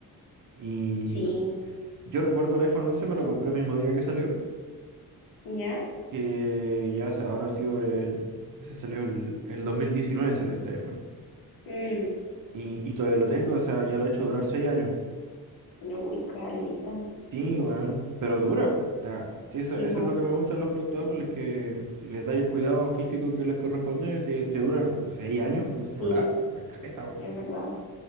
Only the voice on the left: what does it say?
Sí,
¿ya?
Mm,
yo voy caleta.
Sí,
po,
sí,
es verdad.